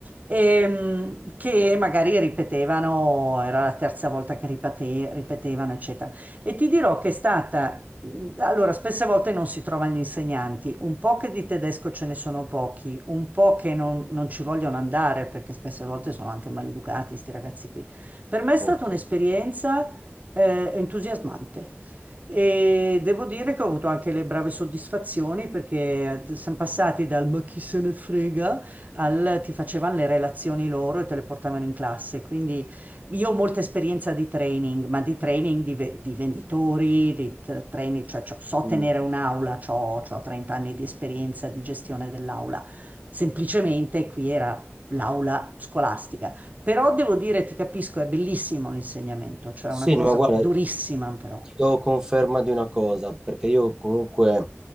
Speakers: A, on the right (about 35°); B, on the right (about 15°).
A: ehm, che magari ripetevano, era la terza volta che ripete- ripetevano, eccetera. E ti dirò che è stata allora, spesse volte non si trovano gli insegnanti, un po' che di tedesco ce ne sono pochi, un po' che non, non ci vogliono andare perché spesse volte sono anche maleducati, questi ragazzi qui. Per me è stata
B: Porca.
A: un'esperienza eh, entusiasmante e devo dire che ho avuto anche le brave soddisfazioni perché siamo passati dal ma chi se ne frega al ti facevano le relazioni loro e te le portavano in classe, quindi io ho molta esperienza di training, ma di training di, ve- di venditori, di t- training, cioè, cioè, so
B: Mm.
A: tenere un'aula, ho 30 anni di esperienza di gestione dell'aula. Semplicemente qui era l'aula scolastica. Però devo dire, ti capisco, è bellissimo l'insegnamento, cioè
B: Sì,
A: è una cosa
B: no, ma guarda,
A: durissima
B: Ti
A: però,
B: do conferma di una cosa, perché io comunque